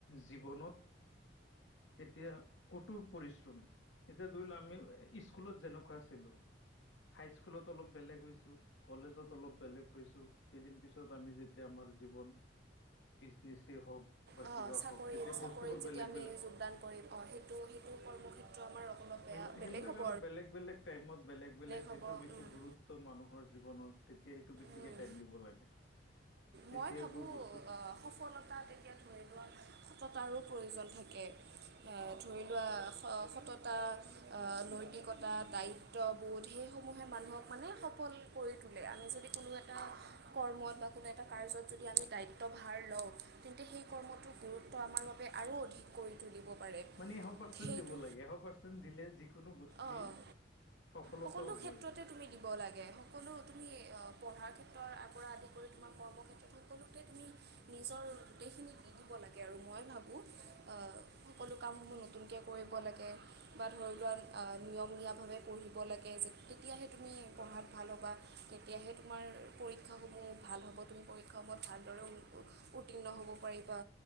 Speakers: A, on the left (about 85°); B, on the right (about 60°).
A: জীৱনত এতিয়া কঠোৰ পৰিশ্ৰম এতিয়া ধৰি লোৱা, আমি স্কুলত যেনেকুৱা আছিলোঁ, হাইস্কুলত অলপ বেলেগ হৈছোঁ। কলেজত অলপ বেলেগ হৈছোঁ, কেইদিন পিছত আমি যেতিয়া আমাৰ জীৱন <unintelligible> হওঁক বা
B: অঁ
A: কিবা
B: চাকৰিত
A: হওঁক তেতিয়া
B: চাকৰিত
A: বস্তুবোৰ
B: যেতিয়া
A: বেলেগ
B: আমি
A: বেলেগ
B: যোগদান কৰিম অ সেইটো সেইটো কৰ্মক্ষেত্ৰ আমাৰ অকণমান বেয়া
A: সেই সেইবিলাক
B: বেলেগ হ'ব
A: আৰু বেলেগ বেলেগ টাইমত বেলেগ বেলেগ
B: হ'ব
A: যিটোৰ বেছি
B: উম,
A: গুৰুত্ব মানুহৰ জীৱনত তেতিয়া সেইটো বেছিকে
B: উম।
A: টাইম দিব লাগে। তেতিয়া
B: মই ভাবোঁ
A: গৈ বস্তুত
B: সফলতা, এতিয়া ধৰি লোৱা সততাৰো প্ৰয়োজন থাকে। ধৰি লোৱা স সততা, নৈতিকতা, দায়িত্ব ত বোধ সেইসমূহে মানুহক মানে সফল কৰি তোলে। আমি যদি কোনো এটা কৰ্মত বা কোনে এটা কাৰ্যত যদি আমি দায়িত্ব ভাৰ লওঁ, তেন্তে সেই কৰ্মটোৰ গুৰুত্ব আমাৰ বাবে আৰু অধিক। কৰি তুলিব পাৰে।
A: মানে এশ পাৰ্চেণ্ট
B: সেইটো
A: দিব লাগে, এশ পাৰ্চেণ্ট দিলে যি কোনো বস্তুৱেই
B: অঁ
A: সফলতা
B: সকলো
A: হ'বই।
B: ক্ষেত্ৰতে তুমি দিব লাগে, সকলো তুমি পঢ়াৰ ক্ষেত্ৰৰ পৰা আদি কৰি তোমাৰ কৰ্মক্ষেত্ৰ সকলোতে তুমি নিজৰ গোটেইখিনি দি দিব লাগে আৰু মই ভাবোঁ। সকলো কামসমূহ নতুনকৈ কৰিব লাগে বা ধৰি লোৱা নিয়মীয়াভাৱে পঢ়িব লাগে, তেতিয়াহে তুমি পঢ়াত ভাল হ'বা। তেতিয়াহে তোমাৰ পৰীক্ষাসমূহ ভাল হ'ব, তুমি পৰীক্ষাসমূহত ভালদৰে উত্তীৰ্ণ হ'ব পাৰিবা।